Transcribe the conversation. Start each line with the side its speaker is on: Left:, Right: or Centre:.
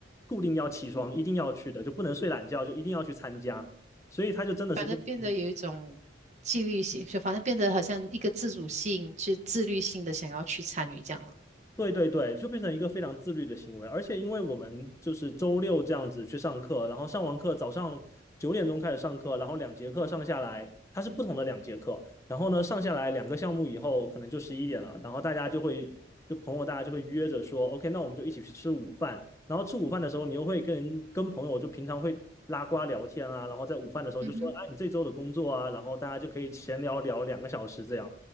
Left: 固定要起床一定要去的，就不能睡懒觉，就一定要去参加，所以它就真的是变成。
Right: 反而变得有一种纪律性，就反正变得好像一个自主性、自自律性的想要去参与这样了。
Left: 对对对，就变成一个非常自律的行为，而且因为我们就是周六这样子去上课，然后上完课早上九点钟开始上课，然后两节课上下来，它是不同的两节课，然后呢上下来两个项目以后可能就十一点了，然后大家就会就朋友大家就会约着说，OK，那我们就一起去吃午饭，然后吃午饭的时候你又会跟跟朋友就平常会拉呱聊天啊，然后在午饭的时候就说，
Right: 嗯哼，
Left: 哎，你这周的工作啊，然后大家就可以闲聊聊两个小时这样。